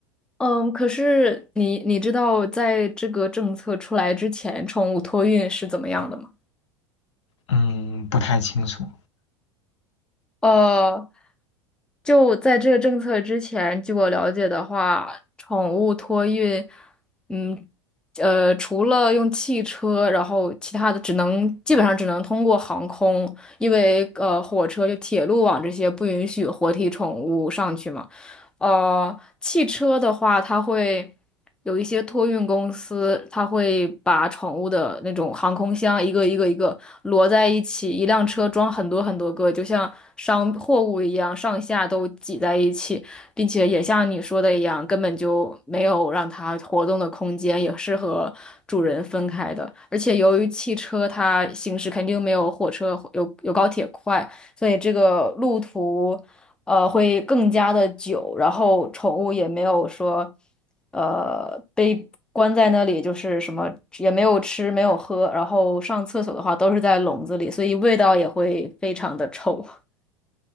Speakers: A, in the centre; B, on the left (about 65°).
A: 嗯，可是你你知道在这个政策出来之前，宠物托运是怎么样的吗？
B: 嗯，不太清楚。
A: 呃，就在这个政策之前，据我了解的话，宠物托运，嗯，呃，除了用汽车，然后其他的只能基本上只能通过航空，因为呃，火车就铁路网这些不允许活体宠物上去嘛。呃，汽车的话，它会有一些托运公司，它会把宠物的那种航空箱一个一个一个摞在一起，一辆车装很多很多个，就像商货物一样，上下都挤在一起，并且也像你说的一样，根本就没有让它活动的空间，也是和主人分开的。而且由于汽车它行驶肯定没有火车有有高铁快，所以这个路途。呃，会更加的久，然后宠物也没有说，呃，被关在那里，就是什么也没有吃，没有喝，然后上厕所的话都是在笼子里，所以味道也会非常的臭。